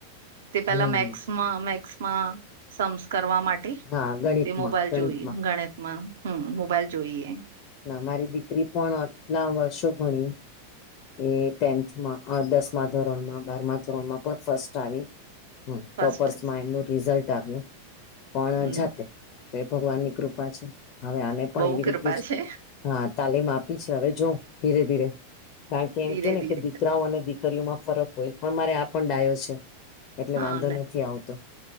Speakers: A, on the right; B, on the left.
A: તે
B: હમ
A: પેલા મેક્સમાં મેક્સમાં સંસ્ કરવા માટે
B: હા ગણિતમાં
A: તે મોબાઈલ
B: ગણિતમાં
A: જોઈએ ગણિતમાં હમ મોબાઈલ જોઈએ
B: ના મારી દીકરી પણ આટલા વર્ષો ભણી એ ટેન્થમાં દસમા ધોરણમાં બારમા ધોરણ માં પણ ફસ્ટ આવી હ ટોપર્સમાં
A: ફર્સ્ટ
B: એમનું રિઝલ્ટ આવ્યું પણ
A: હમ
B: જાતે તો એ ભગવાન ની કૃપા છે હવે આને પણ
A: બહુ
B: એવી
A: કૃપા
B: રીતે જ
A: છે
B: હા તાલીમ આપ પીછ હવે જો ધીરે ધીરે કારણ કે એમ
A: ધીરે
B: કે ને
A: ધીરે
B: કે દીકરાઓ અનેીરા માં ફરક હોય પણ મારે આ પણ ડાયો છે એટલે
A: હા
B: વાંધો નથી આવતો